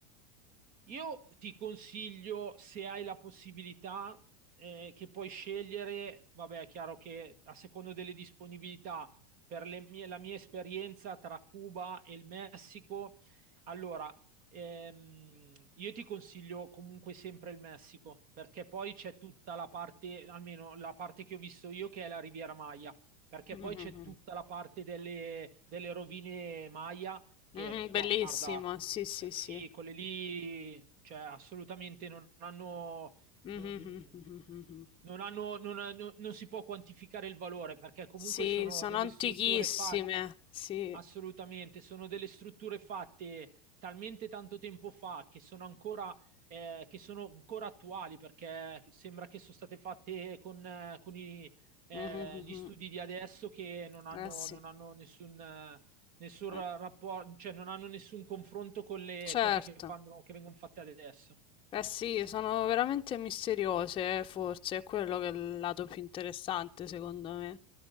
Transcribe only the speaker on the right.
Io ti consiglio, se hai la possibilità, eh, che puoi scegliere, vabbè, è chiaro che a secondo delle disponibilità, per le mie- la mia esperienza tra Cuba e il Messico, allora, ehm, io ti consiglio comunque sempre il Messico, perché poi c'è tutta la parte, almeno la parte che ho visto io, che è la Riviera Maya, perché
poi c'è tutta la parte delle delle rovine Maya che
guarda,
s- sì,
quelle lì, cioè assolutamente non hanno,
non-
non, hanno, non, hanno- non si può quantificare il valore perché comunque
sono
delle
strutture fatte,
assolutamente, sono delle strutture fatte talmente tanto tempo fa che sono ancora, eh, che sono ancora attuali perché sembra che sono state fatte con, eh, con i, eh,
gli
studi di adesso che non hanno,
non hanno nessun... eh, Nessun
rapporto, cioè non hanno nessun confronto con le
cose che fanno, che vengono fatte adesso.